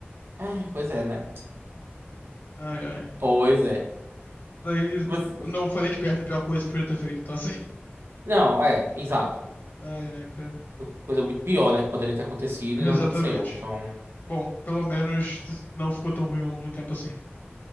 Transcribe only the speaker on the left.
Ai, ai.
Daí
não foi nem de perto a pior coisa que podia ter feito, então <laughs> assim.
Ai, ai, cara.
Exatamente.
Bom, pelo menos não ficou tão ruim ao longo do tempo assim.